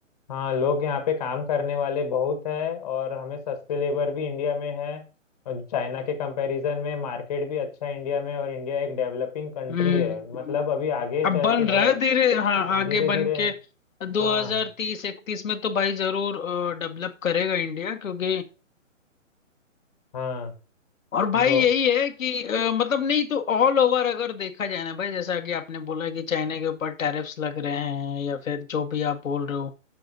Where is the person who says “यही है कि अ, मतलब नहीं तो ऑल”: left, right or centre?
Left